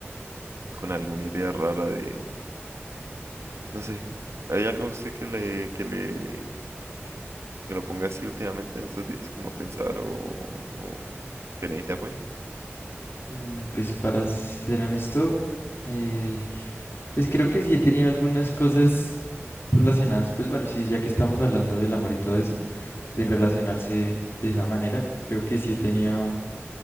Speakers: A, on the right; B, on the left.
A: con alguna idea rara de, no sé, ¿hay algo a usted que le, que le, que lo ponga así últimamente en estos días como a pensar o, o que necesite apoyo?
B: mm, Pues para ser honesto, eh, pues creo que sí he tenido algunas cosas relacionadas, pues bueno, sí, ya que estamos hablando del amor y todo eso. de relacionarse de esa manera. Creo que sí he tenido